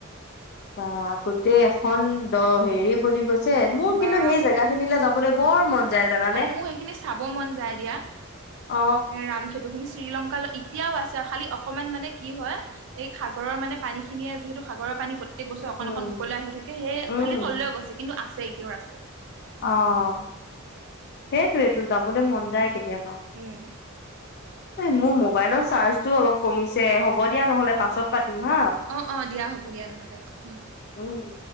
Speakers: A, on the left; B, on the right.
A: বা গোটেই এখন দ হেৰি বনি গৈছে, মোৰ
B: বা
A: কিন্তু সেই জেগা খিনিলে যাবলে বৰ মন। যায় জানানে
B: অঁ', মোৰ সেইখিনি চাব মন যায় দিয়া,
A: অ
B: এ, ৰাম সেতু খিনি শ্ৰীলংকলৈ এতিয়াও আছে খালি অকমান মানে কি হয় এই সাগৰৰ মানে পানী খিনিয়ে যিহেতু সাগৰৰ পানী পত প্ৰত্যেক বছৰ
A: উম
B: অকণ অকণ উপৰলে আহি থাকে, সেয়ে
A: উম
B: খালি তললৈ গৈছে কিন্তু আছে এতিয়াও আছে।
A: অঁ সেইটোৱেতো যাবলৈ মন যায় কেতিয়াবা।
B: উম।
A: এ, মোৰ মোবাইলৰ চাৰ্জটোও অলপ কমিছে হ'ব দিয়া নহ'লে পাছত পাতিম হা
B: অঁ অঁ দিয়া হ'ব দিয়া নহ'লে উম।
A: উম